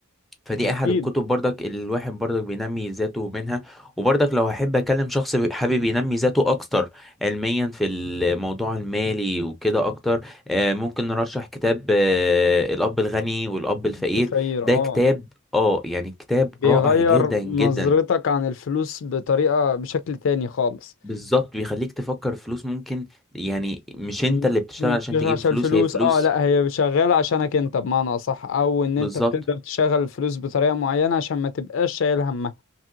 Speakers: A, in the centre; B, on the left.
A: فدي
B: اكيد
A: احد الكتب برضك اللي الواحد برضك بينمي ذاته منها وبرضك لو احب اكلم شخص بي- حابب ينمي ذاته اكتر علميا في الموضوع المالي وكده اكتر آه، ممكن نرشح كتاب آه، الاب الغني والاب الفقير
B: تخير
A: ده
B: اه
A: كتاب اه يعني كتاب
B: بيغير
A: رائع جدا جدا
B: نظرتك عن الفلوس بطريقة بشكل تاني خالص
A: بالظبط بيخليك تفكر فلوس ممكن يعني مش انت
B: م-
A: اللي بتشتغل
B: م-
A: عشان
B: مش
A: تجيب
B: عشان
A: فلوس
B: الفلوس
A: هي فلوس
B: اه لا هي شغالة عشانك انت بمعنى اصح او ان
A: بالظبط
B: انت بتقدر تشغل الفلوس بطريقة معينة عشان ما تبقاش شايل همها